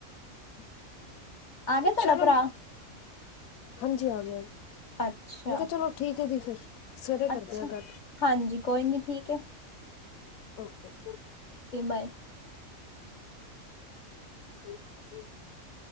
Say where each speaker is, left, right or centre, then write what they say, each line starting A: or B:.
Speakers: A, on the left; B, on the left.
A: <unintelligible>
B: ਆ ਗਿਆ ਤੁਹਾਡਾ
A: ਚਲੋ
B: ਭਰਾ
A: ਜੀ ਹਾਂਜੀ ਆ ਗਿਆ ਜੀ
B: ਅੱਛਾ
A: ਮੈਂ ਕਿਹਾ ਚਲੋ ਠੀਕ। ਐ ਜੀ ਫਿਰ, ਸਵੇਰੇ ਕਰਦੇ
B: ਅੱਛਾ,
A: ਆ ਗੱਲ
B: ਹਾਂਜੀ ਕੋਈ ਨੀ ਠੀਕ ਏ।
A: Okay,
B: bye
A: <unintelligible>